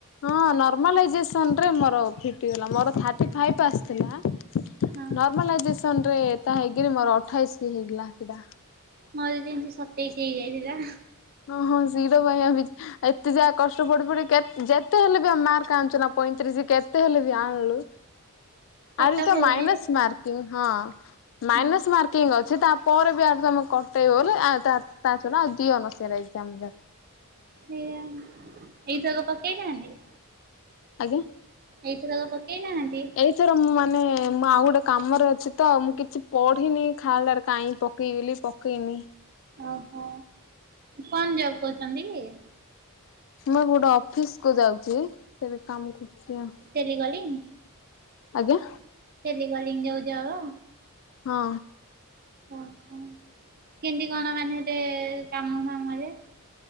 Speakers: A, on the left; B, on the right.
A: ହଁ ନର୍ମାଲ ଏଜେସନ ରେ ମୋର ଫିଟିଗଲା ମୋର ଥାଟି ଫାଇପ୍ ଆସିଥିଲା
B: ହଁ
A: ନର୍ମାଲାଇଜେସନ ରେ ତା ହେଇଗିରି ମୋର ଅଠେଇଶି ହେଇଗଲା ସିଧା
B: ମୋର ବି ଏମତି ସତେଇଶ ହେଇଯାଇଥିଲା।
A: ହଁ ହଁ <unintelligible> ଏତେ ଯା କଷ୍ଟ ପଢ଼ି ପଢ଼ି କେ ଯେତେ ହେଲେ ବି ଆମ ମାର୍କ ଆଣୁଛୁ ନା ପଇଁତିରିଶ କେତେ ହେଲେ ବି ଆଣିଲୁ
B: କଟଅଫ୍
A: ଆରେ ତ
B: ହଉଛି
A: ମାଇନସ୍ ମାର୍କ ହଁ
B: ହୁଁ
A: ମାଇନସ୍ ମାର୍କିଂ ଅଛି ତାପରେ ବି ଆ <unintelligible> <unintelligible>
B: ଏଇଥରକ ପକେଇନାହାନ୍ତି?
A: ଆଜ୍ଞା।
B: ଏଇଥରକ ପକେଇ ନାହାନ୍ତି?
A: ଏଇଥର ମୁଁ ମାନେ ମୁଁ ଆଉ ଗୋଟେ କାମରେ ଅଛି ତ ମୁଁ କିଛି ପଢ଼ିନି ଖାଳଟାରେ କାଇଁ ପ କେଇବି ବୋଲି ପକେଇନି।
B: ଓହୋ କଣ ଜବ୍ କହୁଛନ୍ତି କି?
A: ମୁଁ ଗୋଟେ ଅଫିସ୍ କୁ ଯାଉଛି ସେଠୀ କାମ କରୁଛି ଆଉ
B: ଟେଲିଗଲି
A: ଆଜ୍ଞା
B: ଟେଲି କଲିଙ୍ଗ ଯୋଉ ଜବ
A: ହଁ।
B: ଓହୋ କେମିତି କଣ ମାନେ ସେତେ କାମ କାମରେ